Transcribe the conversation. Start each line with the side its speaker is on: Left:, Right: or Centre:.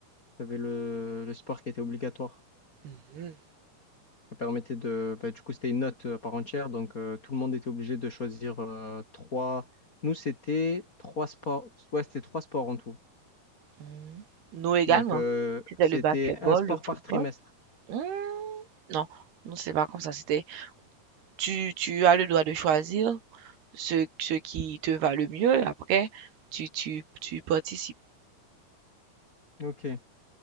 Left: il y avait le, le sport qui était obligatoire.
Right: Mhm.
Left: Ça permettait de... bah, du coup, c'était une note euh, à part entière, donc euh, tout le monde était obligé de choisir euh, trois... Nous, c'était trois sports. Ouais, c'était trois sports en tout.
Right: Mhm. Nous également.
Left: Donc, euh,
Right: C'était
Left: c'était
Right: le basketball,
Left: un sport
Right: le
Left: par
Right: football.
Left: trimestre.
Right: Mhm. Non, non, c'est pas comme ça. C'était tu tu as le droit de choisir ce ce qui te va le mieux. Après, tu tu tu participes.
Left: Ok.